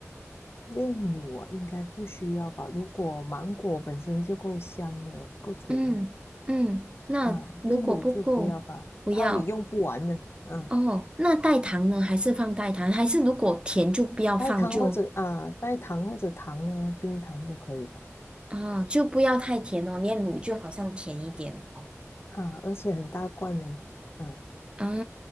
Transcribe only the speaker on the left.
炼乳啊，应该不需要吧？如果芒果本身就够香了，够甜了
啊，炼乳就不要吧，
怕你用不完呢。嗯，
代糖或者啊，代糖或者糖啊，冰糖都可以吧。
啊，而且很大罐呢。嗯，